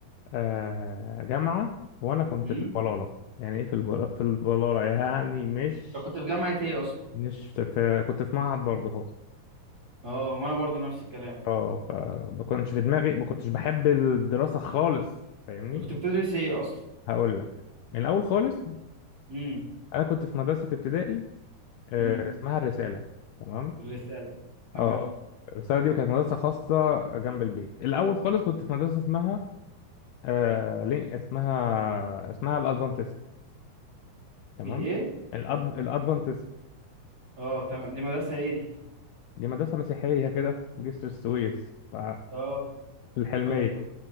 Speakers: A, on the left; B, on the right.
A: آه، جامعة وأنا كنت
B: امم
A: في البلالة يعني إيه في البلالة في البلالة يعني مش
B: انت كنت في جامعة ايه اصلا
A: مش في كنت في معهد برضه
B: اه وانا برضو نفس الكلام
A: اه فما كنتش في دماغي ما كنتش بحب الدراسة خالص فاهمني
B: انت كنت بتدرس ايه اصلا
A: هقول لك من الأول خالص
B: امم
A: أنا كنت في مدرسة ابتدائي آه،
B: امم
A: اسمها الرسالة تمام
B: الرسالة تمام
A: اه الرسالة دي كانت مدرسة خاصة جنب البيت الأول خالص كنت في مدرسة اسمها آه، ليه اسمها اسمها الأدفانتست تمام
B: الايه
A: الأدف... الأدفانتست
B: اه تمام دي مدرسة ايه دي
A: دي مدرسة مسيحية كده في جسر السويس ف-
B: اه
A: في الحلمية
B: فانت كنت